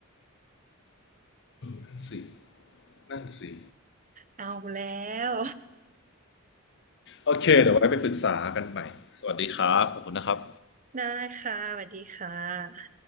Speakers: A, on the left; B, on the right.
A: นั่นสินั่นสิ
B: เอาแล้ว
A: โอเคเดี๋ยวไว้ไปปรึกษากันใหม่สวัสดีครับขอบคุณนะครับ
B: ได้ค่ะสวัสดีค่ะ